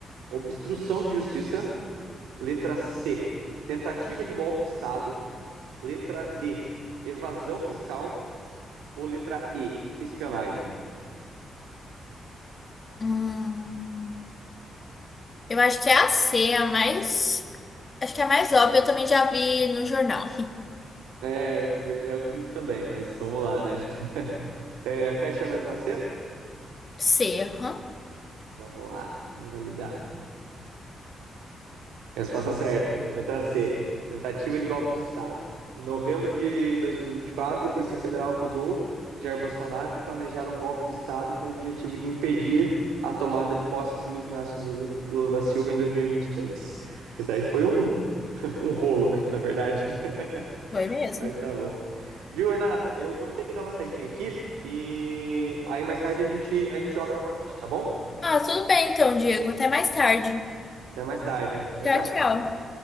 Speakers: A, on the right; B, on the left.
A: obstrução de justiça Letra C, tentativa de golpe de Estado. Letra D, evasão fiscal. Ou letra E, espionagem?
B: Hum, eu acho que é a C, a mais. Acho que é a mais óbvia, eu também já vi no jornal.
A: É, eu, acredito- eu acredito também, mas vamos lá, né? É, fecha mesmo na C?
B: <laughs> C, aham.
A: Vamos lá, vamos validar. Resposta certa, letra C. Tentativa de golpe de Estado. Em novembro de 2024, a Polícia Federal acusou Jair Bolsonaro de planejar um golpe de Estado com o objetivo de impedir a tomada de posse de Luiz Inácio Lula da Silva em 2023. Isso daí foi um, <laughs> um rolo, né? Na verdade,
B: Foi
A: <laughs>
B: mesmo.
A: mas tá bom. Viu, Renata? Eu vou ter que dar uma saidinha aqui e aí mais tarde a gente, a gente joga novamente, tá bom?
B: Ah, tudo bem então, Diego. Até mais tarde.
A: Até mais tarde, né? Tchau,
B: Tchau,
A: tchau.
B: tchau.